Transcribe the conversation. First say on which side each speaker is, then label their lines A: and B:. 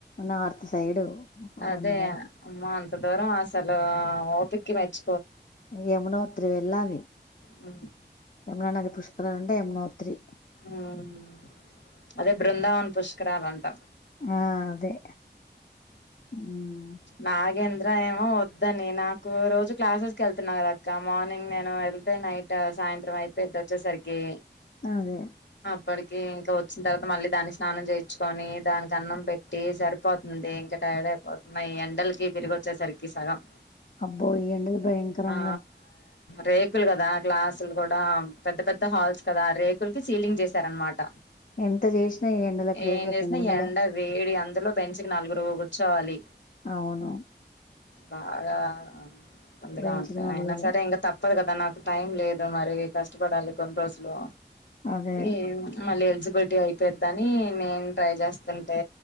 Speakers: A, on the left; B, on the left.
A: నార్త్ సైడ్
B: అదే
A: అమ్మో
B: అమ్మా అంత దూరమ అసలు ఓపిక్కి మెచ్
A: యమునోత్రి వెళ్ళాలి.
B: మ్
A: ఎమునా నది పుష్కరాలంటే ఎంనోత్రి
B: మ్ అదే బృందావన్ పుష్కరాలంట.
A: ఆ అదే ఉమ్,
B: నాగేంద్ర ఏం ఆ వద్దని నాకు రోజు క్లాసెస్కి ఎళ్తున్నా కదక్క మార్నింగ్ నేను ఎళ్తే నైట్ సాయంత్ర అయిపోయిద్ వచ్చేసరికి
A: అదే
B: ఇప్పటికీ ఇంకా వచ్చిన్ తర్వాత మళ్ళీ దాన్ని స్నానం చేయించ్చుకోని దానిక్ అన్నం పెట్టి సరిపోతుంది ఇంక టైడ్ అయిపోతున్నా ఈ ఎండల్కి తిరిగొచ్చేసరికి సగం
A: అబ్బో ఈ ఎండలు భయంకరంగా
B: ఆ ఆ రేకుల్ కదా క్లాసులు కూడా పెద్ద పెద్ద హాల్స్ కదా రేకుల్కి సీలింగ్ చేసార్ అన్నమాట.
A: ఎంత చేసినా ఈ ఎండలకు రేకుల
B: ఏం చేసిన
A: కింద ఉండలేం
B: ఎండ వేడి అన్ ద్లో బెంచ్కి నలుగురు కూర్చోవాలి
A: అవును
B: బాగా ముందుగా
A: వేయించినారు
B: ఉంట అయినా
A: కదా
B: సరే ఇంక తప్ తప్పదు కదా నాకు టైం లేదు మరి కష్టపడాలి కొన్ని రోజులు
A: అదే
B: ఈ మళ్ళీ న్సిపులిటీ అయిపోద్దని నేను ట్రై చేస్తుంటే